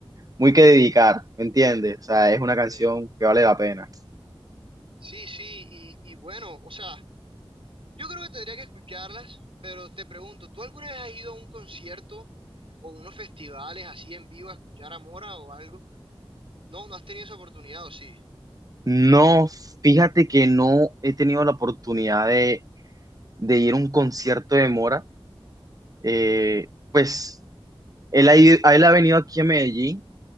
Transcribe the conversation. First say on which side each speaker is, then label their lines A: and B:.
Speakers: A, on the right; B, on the right.
A: muy que dedicar, ¿me entiendes? O sea, es una canción
B: Ok.
A: que vale la pena.
B: Sí, sí, y, y bueno, o sea... Yo creo que tendría que escucharlas, pero te pregunto, ¿tú alguna vez has ido a un concierto o unos festivales así en vivo a escuchar a Mora o algo? No, no has tenido esa oportunidad, ¿o sí?
A: No, fíjate que no he tenido la oportunidad de, de ir a un concierto de Mora. Eh, pues él ha, ido- él ha venido aquí a Medellín,